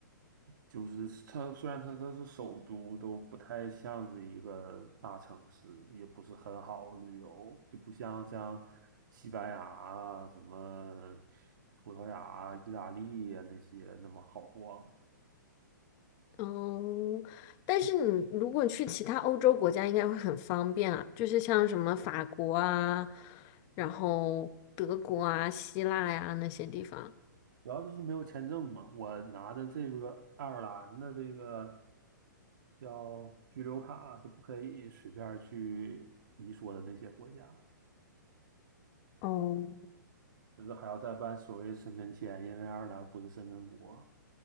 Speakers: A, on the right; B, on the left.
A: 就是它虽然它这是首都，都不太像是一个大城市，也不是很好旅游，就不像像西班牙啊、什么葡萄牙啊意大利啊那些那么好逛。
B: 哦，但是你如果去其他欧洲国家，应该会很方便啊，就是像什么法国啊，然后德国啊、希腊呀、那些地方。
A: 主要就是没有签证嘛。我拿的这个爱尔兰的这个叫居留卡是不可以随便去你说的那些国家。
B: 哦，
A: 就是还要再办所谓的申根签，因为爱尔兰不是申根国。